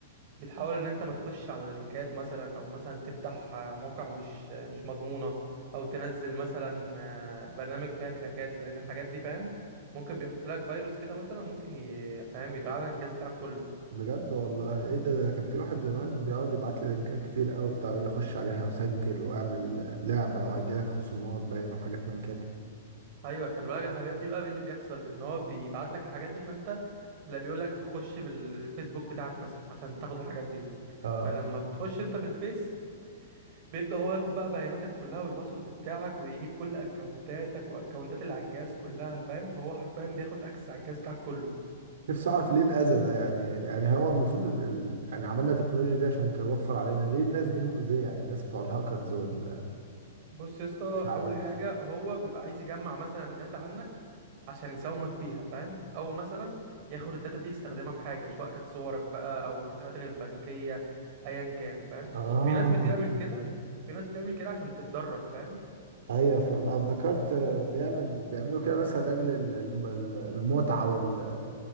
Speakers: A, on the right (about 35°); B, on the right (about 70°).
A: بتحاول ان انت ما تخش على لينكات مثلا او مثلا تفتح آه، موقع مش آه، مش مضمونة او تنزل مثلا آه، برنامج فيها كراكات لان الحاجات دي فاهم ممكن بيحط لك فيروس كده مثلا ممكن ي- فاهم يضيع لك الجهاز بتاعك كله
B: بجد والله ايه ده ده كان في واحد زمان بيقعد يبعت لي لينكات كتير قوي بتاع يقول لي خش عليها وسجل واعمل آه، لعبه وهجيلك خصومات باين وحاجات من كده
A: ايوه خلي بالك الحاجات دي بقى إيه اللي بيحصل ان هو بيبعت لك الحاجات دي فانت لا بيقول لك تخش بالفيسبوك بتاعك مثلا عشان تاخد الحاجات دي
B: اه
A: فلما بتخش انت بالفيس بيبدأ هو ياخد بقى بياناتك كلها والباسورد بتاعك ويجيب كل اكونتاتك واكونتات اللي على الجهاز كلها فاهم هو حرفيا بياخد اكسس على الجهاز بتاعك كله
B: نفسي اعرف ليه الاذى ده يعني يعني هو المفروض ال... ال- يعني عملنا التكنولوجيا دي عشان توفر علينا ليه الناس دي مؤذيه يعني الناس بتوع الهاكرز وال
A: بص يا اسطى
B: مش عارف
A: اول حاجه هو بيبقى عايز يجمع مثلا داتا عنك عشان يساومك بيها فاهم او مثلا ياخد الداتا دي يستخدمها في حاجه سواء كانت صورك بقى او حساباتك البنكيه ايا كان فاهم
B: اه
A: وفي ناس بتعمل كده وفي ناس بتعمل كده عشان تتدرب فاهم
B: ايوه فاهم انا افتكرت آه، بيعمل بيعملوا كده مثلا لاجل ال- الم- ال- المتعه وال-